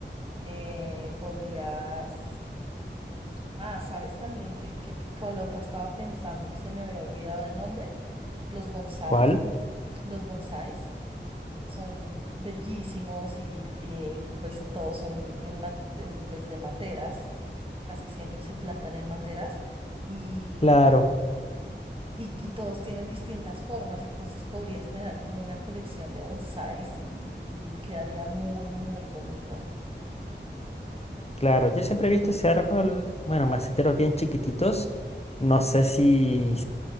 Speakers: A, on the right; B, on the left.
A: Eh, podrías, ah, sabes también que, que, que- cuál otra estaba pensando que se me había olvidado el nombre, los bonsáis.
B: ¿Cuál?
A: Los bonsáis. son bellísimos y, y, pues todos son en, ma- en, pues de materas, casi siempre se plantan en materas y,
B: Claro,
A: y, y todos tienen distintas formas, entonces podrías tener como una colección de bonsáis y, y quedaría muy, muy bonito.
B: claro. Yo siempre he visto ese árbol, bueno, maceteros bien chiquititos. No sé si